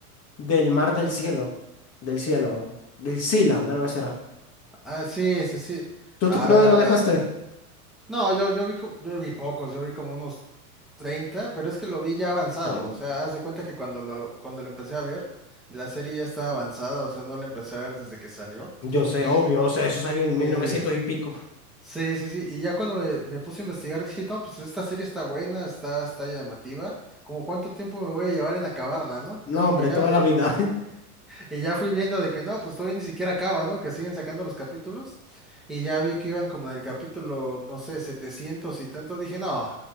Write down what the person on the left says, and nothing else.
del mar del cielo, del cielo, del Sealand, algo así era.
¿Tú
te- por dónde lo dejaste?
Ay,
yo sé,
obvio, o sea, eso salió en
mil novecientos y pico.
No, hombre,
toda
la vida. <laughs>